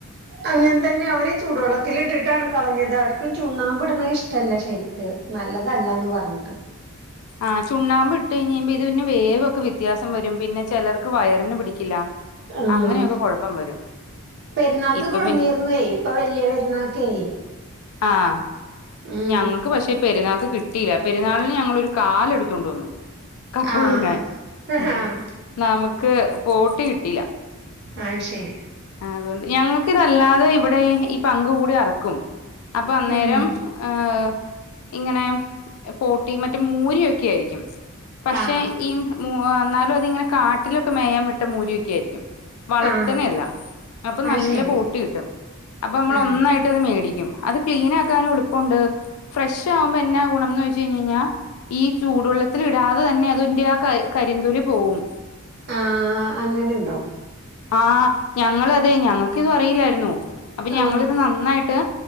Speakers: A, on the right; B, on the left.
A: അങ്ങനെ തന്നെ അവര് ചൂടുവെള്ളത്തിലിട്ടിട്ടാണ് കളഞ്ഞത് അവർക്കും ചുണ്ണാമ്പിടണത് ഇഷ്ടല്ല ശരിക്ക്. നല്ലതല്ലാന്ന് പറന്ട്ട്.
B: ആഹ് ചുണ്ണാമ്പ് ഇട്ട് കഴിഞ്ഞ ത് പിന്നെ വേവക്കെ വ്യത്യാസം വരും പിന്നെ ചെലർക്ക് വയറിന് പിടിക്കില്ല.
A: ഉം
B: അങ്ങനെയൊക്കെ കുഴപ്പം വരും
A: പെരുന്നാക്ക്
B: ഇപ്പൊ
A: കൊടുന്നീർന്നെ
B: പിന്നെ
A: ഇപ്പൊ വലിയ പെരുന്നാക്കേ
B: ആഹ്.
A: ഉം
B: ഞങ്ങൾക്ക് പക്ഷേഈ പെരുന്നാൾക്ക് കിട്ടില്ല പെരുന്നാളിന് ഞങ്ങളൊരു കാല എടുതൊണ്ട് വന്നു. കപ്പ
A: ആഹ്
B: പുഴുങ്ങാൻ
A: ആഹ്
B: ഏഹ് നമക്ക് പോട്ടി കിട്ടില്ല.
A: അയ്ശരി.
B: അതുകൊണ്ട് ഞങ്ങൾക്ക് ഇതല്ലാതെ ഇവിടെ ഈ പങ്ക് കൂടി അറക്കും അപ്പൊ അന്നേരം
A: ഉം
B: ഏഹ് ഇങ്ങനെ പോട്ടി മറ്റേ മൂരിയൊക്കെ ആയിരിക്കും. പക്ഷെ
A: ആഹ്
B: ഈ മു ആഹ് ന്നാലും അതിങ്ങനെ കാട്ടിലൊക്കെ മേയാൻ വിട്ട മൂരിയൊക്കെ ആയിരിക്കും വളർത്തനഅല്ല
A: ആഹ്
B: അപ്പൊ
A: അത്
B: നല്ല
A: ശരി
B: ബോട്ടി കിട്ടും. അപ്പൊമ്മളൊന്നായിട്ട്
A: ആഹ്
B: ത് മേടികും അത്ക്ലീനാക്കാനും എളു പ്പണ്ട് ഫ്രഷാവുമ്പോ എന്നാ ഗുണംന്ന് ച്ച് കയ്ഞ്ഞഴിഞ്ഞാ ഈ ചൂടുവെള്ളത്തിൽ ഇടാതെ തന്നെ അതിന്റെ ആ ക കരിന്തൊലി പോവും
A: ആഹ് അങ്ങനെണ്ടോ
B: ആഹ് ഞങ്ങളു അതെ ഞങ്ങക്കിത് അറിയില്ലായിരുന്നു അപ്പൊ
A: ആഹ്
B: ഞങ്ങളിത് നന്നായിട്ട്